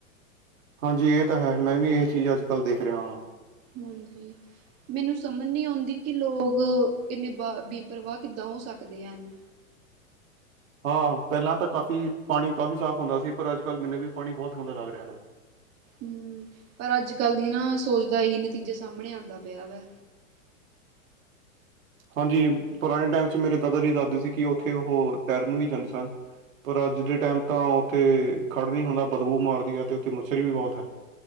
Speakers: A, on the right (about 70°); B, on the right (about 35°).
A: ਹਾਂਜੀ ਇਹ ਤਾਂ ਹੈ, ਮੈਂ ਵੀ ਇਹ ਚੀਜ਼ ਅੱਜ-ਕੱਲ੍ਹ ਦੇਖ ਰਿਹਾ ਹਾਂ।
B: ਹਾਂਜੀ। ਮੈਨੂੰ ਸਮਝ ਨੀਂ ਆਉਂਦੀ ਕਿ ਲੋਕ, ਇੰਨੇ ਬ-ਬੇਪਰਵਾਹ ਕਿੱਦਾਂ ਹੋ ਸਕਦੇ ਹਨ।
A: ਹਾਂ ਪਹਿਲਾਂ ਤਾਂ ਕਾਫ਼ੀ, ਪਾਣੀ ਕਾਫ਼ੀ ਸਾਫ਼ ਹੁੰਦਾ ਸੀ ਪਰ ਅੱਜ ਕੱਲ੍ਹ ਮੈਨੂੰ ਵੀ ਪਾਣੀ ਬਹੁਤ ਗੰਦਾ ਲੱਗ ਰਿਹਾ ਹੈ।
B: ਹੂੰ, ਪਰ ਅੱਜ-ਕੱਲ੍ਹ ਦੀ ਨਾਂ ਸੋਚ ਦਾ ਇਹੀ ਨਤੀਜਾ ਸਾਹਮਣੇ ਆਂਦਾ ਪਿਆ ਵਾ।
A: ਹਾਂਜੀ, ਪੁਰਾਣੇ ਟਾਈਮ 'ਚ ਮੇਰੇ ਦਾਦਾ ਜੀ ਦਸਦੇ ਸੀ ਕਿ ਉੱਥੇ ਉਹ ਤੈਰਨ ਵੀ ਜਾਂਦੇ ਸਨ। ਪਰ ਅੱਜ ਦੇ ਟਾਈਮ ਤਾਂ ਉੱਥੇ ਖੜ ਨਹੀਂ ਹੁੰਦਾ ਬਦਬੂ ਮਾਰਦੀ ਹੈ, ਤੇ ਉੱਥੇ ਮੱਛਰ ਵੀ ਬਹੁਤ ਹੈ।